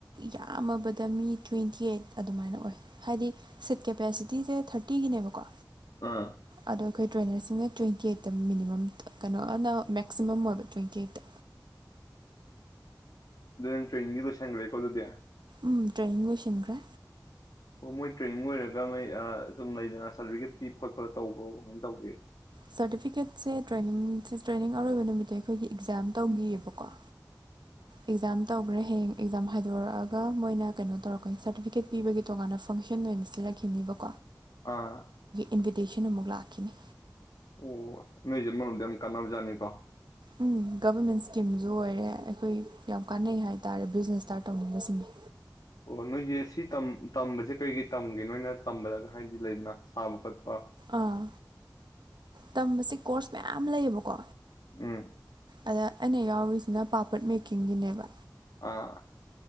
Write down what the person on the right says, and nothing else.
ꯌꯥꯝꯃꯕꯗ ꯃꯤ ꯇ꯭ꯋꯦꯟꯇꯤꯑꯦꯠ ꯑꯗꯨꯃꯥꯏꯅ ꯑꯣꯏ ꯍꯥꯏꯗꯤ ꯁꯤꯠ ꯀꯦꯄꯦꯁꯤꯇꯤꯁꯦ ꯊꯥꯔꯇꯤꯒꯤꯅꯦꯕꯀꯣ
ꯑꯗꯣ ꯑꯩꯈꯣꯏ ꯇ꯭ꯔꯦꯅꯔꯁꯤꯡꯅ ꯇ꯭ꯋꯦꯟꯇꯤ ꯑꯩꯠꯇ ꯃꯤꯅꯤꯃꯝ ꯀꯩꯅꯣꯅ ꯃꯦꯛꯁꯤꯃꯝ ꯑꯣꯏꯕ ꯇ꯭ꯋꯦꯟꯇꯤ ꯑꯩꯠꯇ
ꯎꯝ ꯇ꯭ꯔꯦꯅꯤꯡ ꯂꯣꯏꯁꯤꯟꯈ꯭ꯔꯦ
ꯁꯥꯔꯇꯤꯐꯤꯀꯦꯠꯁꯦ ꯇ꯭ꯔꯦꯅꯤꯡ ꯇ꯭ꯔꯦꯅꯤꯡ ꯑꯔꯣꯏꯕ ꯅꯨꯃꯤꯠꯇ ꯑꯩꯈꯣꯏꯒꯤ ꯑꯦꯛꯖꯥꯝ ꯇꯧꯒꯤꯌꯦꯕꯀꯣ
ꯑꯦꯛꯖꯥꯝ ꯇꯧꯒ꯭ꯔꯦ ꯍꯌꯦꯡ ꯑꯦꯛꯖꯥꯝ ꯍꯥꯏꯗꯣꯔꯛꯑꯒ ꯃꯣꯏꯅ ꯀꯩꯅꯣ ꯇꯧꯔꯛꯀꯅꯤ ꯁꯥꯔꯇꯤꯐꯤꯀꯦꯠ ꯄꯤꯕꯒꯤ ꯇꯣꯉꯥꯟꯅ ꯐꯪꯁꯟ ꯑꯣꯏꯅ ꯁꯤꯜꯂꯛꯈꯤꯅꯤꯕꯀꯣ
ꯏꯟꯚꯤꯇꯦꯁꯟ ꯑꯃꯨꯛ ꯂꯥꯛꯈꯤꯅꯤ
ꯎꯝ ꯒꯕꯃꯦꯟ ꯁ꯭ꯀꯤꯝꯖꯨ ꯑꯣꯏꯔꯦ ꯑꯩꯈꯣꯏ ꯌꯥꯝ ꯀꯥꯟꯅꯩ ꯍꯥꯏꯇꯥꯔꯦ ꯕꯤꯖꯤꯅꯦꯁ ꯁ꯭ꯇꯥꯔꯠ ꯇꯧꯅꯤꯡꯕꯁꯤꯡꯒꯤ
ꯑꯥ ꯇꯝꯕꯁꯦ ꯀꯣ꯭ꯔꯁ ꯃꯌꯥꯝ ꯂꯩꯌꯦꯕꯀꯣ
ꯑꯗ ꯑꯩꯅ ꯌꯥꯎꯔꯤꯁꯤꯅ ꯄꯥꯄ꯭ꯔꯠ ꯃꯦꯀꯤꯡꯒꯤꯅꯦꯕ